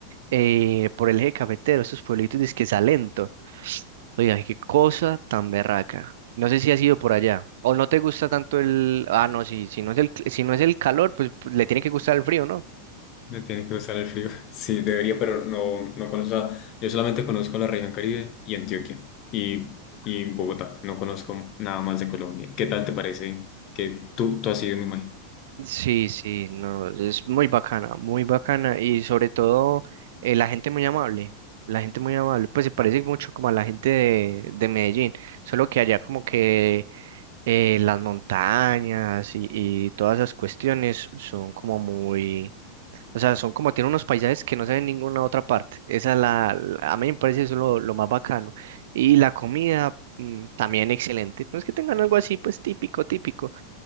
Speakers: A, on the right; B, on the left.
A: eh, por el eje cafetero, esos pueblitos de Salento. Oiga, qué cosa tan berraca. No sé si has ido por allá. O no te gusta tanto el. Ah, no, sí, si no es el, si no es el calor, pues le tiene que gustar el frío, ¿no?
B: Me tiene que gustar el frío. <laughs> Sí, debería, pero no, no conozco. a- Yo solamente conozco la región Caribe y Antioquia y, y Bogotá. No conozco nada más de Colombia. ¿Qué tal te parece? Que tú, tú has ido, me imagino.
A: Sí, sí, no, es muy bacana, muy bacana y sobre todo eh, la gente muy amable, la gente muy amable, pues se parece mucho como a la gente de, de Medellín, solo que allá como que eh, las montañas y, y todas esas cuestiones son como muy, o sea, son como tienen unos paisajes que no se ven en ninguna otra parte, esa es la, la- a mí me parece eso lo, lo más bacano y la comida mm, también excelente, no es que tengan algo así pues típico, típico,